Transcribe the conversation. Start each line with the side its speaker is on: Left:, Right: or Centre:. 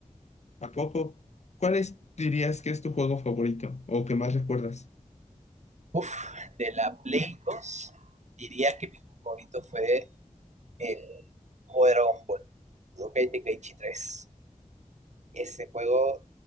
Left: ¿A poco? ¿Cuál es- dirías que es tu juego favorito o que más recuerdas?
Right: Uf, de la Play 2 diría que mi juego favorito fue el juego de Dragon Ball, Budokai Tenkaichi tres Ese juego